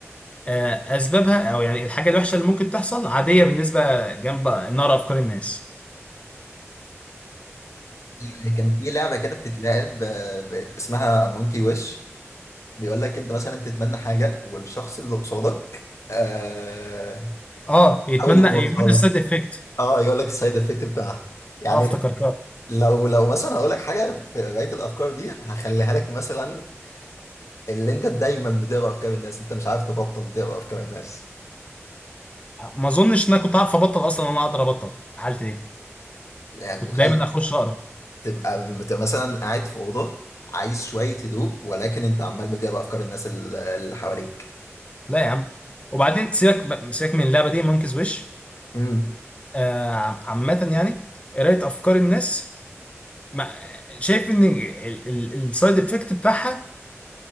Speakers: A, on the left; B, on the left.
A: آه، اسبابها او يعني الحاجه الوحشه اللي ممكن تحصل عاديه بالنسبه جنب نار افكار الناس
B: آه، كان في لعبه كده بتتلعب آه، اسمها مونكي ويش بيقول لك انت مثلا تتمنى حاجه والشخص اللي قصادك آه
A: اه يتمنى
B: حاول يبوظها
A: يعمل السايد
B: لك
A: افكت
B: اه يقول لك السايد افكت بتاعها يعني
A: اه افتكرتها
B: لو لو مثلا هقول لك حاجه في بقيه الافكار دي هخليها لك مثلا اللي انت دايما بتقرا افكار الناس انت مش عارف تبطل تقرا افكار الناس
A: ما اظنش ان انا كنت عارف ابطل اصلا انا اقدر ابطل في حالتي دي
B: يعني
A: كنت
B: متخيل
A: دايما اخش اقرا
B: تبقى تبقى مثلا قاعد في اوضه عايز شويه هدوء ولكن انت عمال بتقرا افكار الناس ال- اللي حواليك
A: لا يا عم وبعدين سيبك سيبك من اللعبه دي مونكيز ويش
B: امم
A: آه عم- عامه يعني قرايه افكار الناس ما شايف ان السايد افكت بتاعها